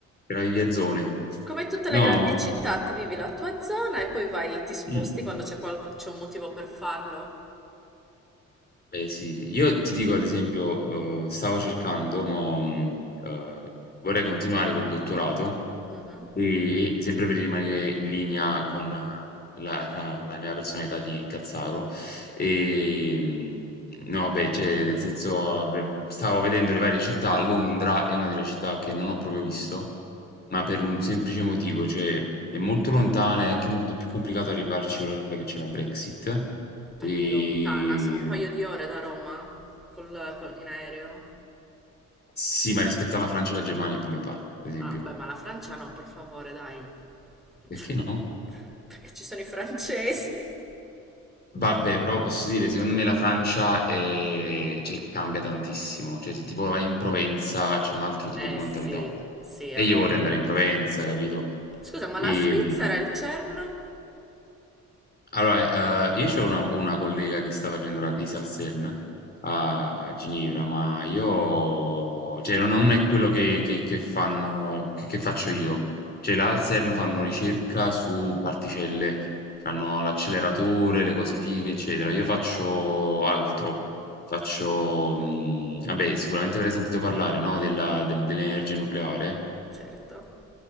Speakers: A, on the left (about 30°); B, in the centre.
A: te la vivi a zone.
B: Come tutte
A: No.
B: le grandi città ti vivi la tua zona e poi vai, ti sposti
A: Mm.
B: quando c'è qualco- c'è un motivo per farlo.
A: Beh, sì. Io ti dico, ad esempio, eh, stavo cercando, mo, mh, eh, vorrei continuare col dottorato
B: Mhm.
A: E sempre per rimanere in linea con la, la- la mia personalità di cazzaro, e, mh, no, beh, cioè, nel senso, avre- stavo vedendo le varie città. Londra è una delle città che non ho proprio visto, ma per un semplice motivo, cioè è molto lontana, è anche molto più complicato arrivarci ora che c'è la Brexit.
B: Perché
A: E
B: è lontana? Sono un paio di ore da Roma col- col- in aereo.
A: sì, ma rispetto alla Francia e alla Germania è più lontano, per esempio.
B: Ah, beh, ma la Francia no, per favore, dai.
A: Perché
B: <laughs>
A: no?
B: Perché ci sono i francesi.
A: Vabbè, però posso dire, secondo me la Francia è- cioè, cambia tantissimo. Cioè, se tipo vai in Provenza c'è un altro tipo
B: Eh
A: di mentalità.
B: sì, sì, è
A: E
B: vero.
A: io vorrei andare in Provenza, capito?
B: Scusa, ma
A: E,
B: la Svizzera è il CERN?
A: allora, eh, io c'ho una, una collega che sta facendo la tesi al CERN a Ginevra, ma io, cioè, non non è quello che, che- che fanno, che, che faccio io. Cioè, là al CERN fanno ricerca su particelle, fanno
B: Mm,
A: l'acceleratore, le cose fighe, eccetera. Io faccio altro, faccio, mh, vabbè, sicuramente avrei sentito parlare, no, della- del- dell'energia nucleare.
B: Certo.